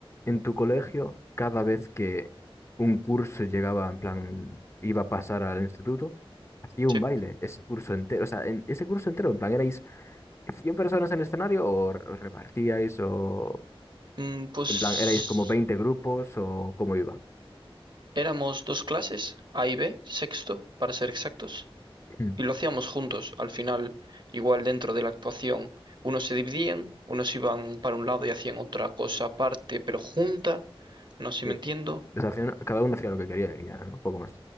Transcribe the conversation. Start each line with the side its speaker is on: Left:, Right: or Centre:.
Left: en tu colegio, cada vez que un curso llegaba, en plan, iba a pasar al instituto, hacía
Right: Sí.
Left: un baile, ese curso entero, o sea, en ese curso entero, en plan, ¿erais 100 personas en el escenario o r- os repartíais o,
Right: Mm, pues
Left: en plan, erais como 20 grupos o cómo iba?
Right: éramos dos clases, A y B, sexto, para ser exactos.
Left: Mm.
Right: Y lo hacíamos juntos. Al final, igual dentro de la actuación, unos se dividían, unos iban para un lado y hacían otra cosa aparte, pero junta. No sé si
Left: Sí.
Right: me entiendo.
Left: O sea, al final, cada uno hacía lo que quería y ya, ¿no? Poco más.